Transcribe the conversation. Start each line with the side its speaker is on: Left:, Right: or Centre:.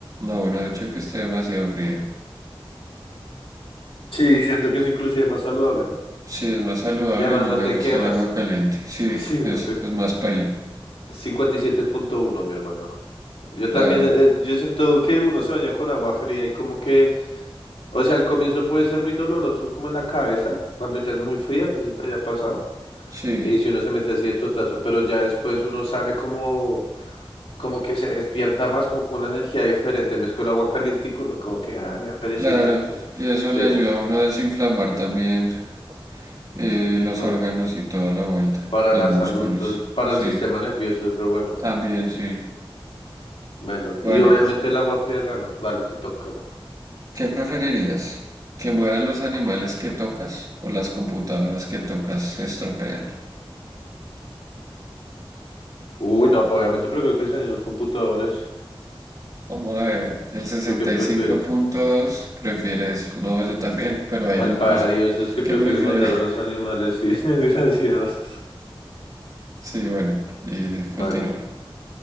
Right: No, una ducha que esté demasiado fría.
Left: Sí, siento que es inclusive más saludable, ¿no?
Right: Sí, es más saludable
Left: Y además
Right: y no
Left: no
Right: me
Left: te
Right: gusta
Left: quemas.
Right: el agua caliente.
Left: <laughs>
Right: Sí,
Left: Sí,
Right: es,
Left: no te...
Right: es más paila.
Left: cincuenta y siete punto uno mi hermano. Yo
Right: Claro,
Left: también, eh, yo siento que uno se baña con agua fría y como que, o sea, al comienzo puede ser muy doloroso como en la cabeza, cuando ya es muy fría, no sé si te haya pasado,
Right: sí,
Left: y si uno se mete así de totazo, pero ya después uno sale como, como que se despierta más, como con una energía diferente, en vez con agua caliente, uno como que, ah, le da perecita,
Right: claro.
Left: no
Right: Y eso
Left: sé,
Right: le ayuda
Left: sí,
Right: a uno a desinflamar también eh, los
Left: todo,
Right: órganos y toda la vuelta.
Left: para
Right: Los
Left: la
Right: músculos.
Left: salud, todo el- para
Right: Sí,
Left: el sistema nervioso es re bueno,
Right: también
Left: eso
Right: sí.
Left: sí, melo,
Right: Bueno,
Left: y obviamente el agua fría gano, dale, te toca, mano.
Right: ¿Qué preferirías? ¿Que mueran los animales que tocas o las computadoras que tocas se estropean?
Left: Uy, no, pues obviamente prefiero que se dañen los computadores.
Right: Vamos a ver, el 65.2
Left: ¿Tú qué prefieres?
Right: prefiere eso. No, yo también, pero hay
Left: Malparidos,
Right: locos
Left: esos que prefieres
Right: que prefieren.
Left: matar a los
Right: <laughs>
Left: animales, sí, <laughs> desgraciados.
Right: Sí, bueno, y continúa.
Left: Vale,